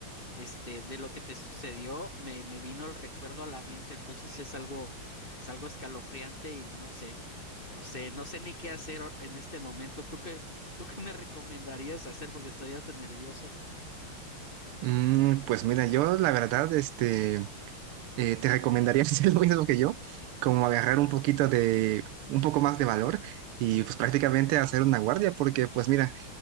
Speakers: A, on the left; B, on the right.
A: este, de lo que te sucedió, me, me vino el recuerdo a la mente. Entonces es algo, es algo escalofriante y no sé, no sé, no sé ni qué hacer en este momento. ¿Tú qué, tú qué me recomendarías hacer? Porque estoy hasta nervioso.
B: Mm, pues mira, yo la verdad, este, eh, te recomendaría <laughs> hacer lo mismo que yo, como agarrar un poquito de, un poco más de valor y pues prácticamente hacer una guardia, porque pues mira,